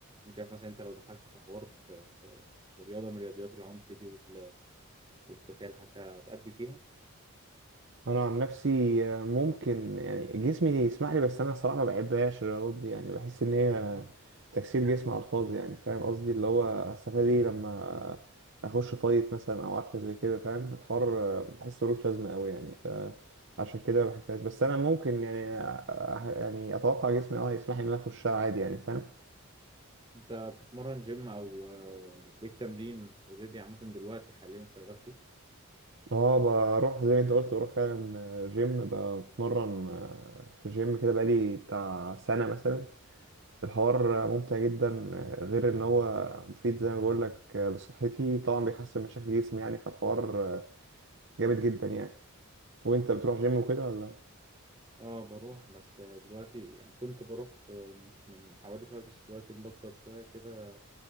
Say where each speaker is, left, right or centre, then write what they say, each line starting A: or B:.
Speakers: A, on the right; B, on the right.
A: مش عارف مثلا أنت لو دخلت في حوار في, في, في رياضة من رياضيات العنف دي وال- والقتال هت- هتأدي فيها
B: انا عن نفسي آه، ممكن يعني جسمي يسمح لي بس انا الصراحه ما بحبهاش الرياضات دي يعني بحس ان هي تكسير جسم على الفاضي يعني فاهم قصدي اللي هو استفاد ايه لما اخش فايت مثلا او عارفه زي كده فاهم الحوار آه، بحس ملوش لازمه قوي يعني فعشان كده ما بحبهاش بس انا ممكن يعني آه، آه، يعني اتوقع جسمي اه يسمح لي ان انا اخشها عادي يعني فاهم
A: أنت بتتمرن جيم أو آه، ليك تمرين أوريدي عامة دلوقتي حاليا شغال فيه
B: اه بروح زي ما انت قلت بروح فعلا آه، جيم بتمرن آه، في جيم كده بقالي بتاع سنه مثلا الحوار
A: مم.
B: ممتع جدا آه، غير ان هو مفيد زي ما بقول لك لصحتي طبعا بيحسن من شكل جسمي يعني فالحوار آه، جامد جدا يعني وانت بتروح جيم وكده ولا
A: اه بروح بس دلوقتي يعني كنت بروح في من حوالي شهر بس دلوقتي مبطل شوية كده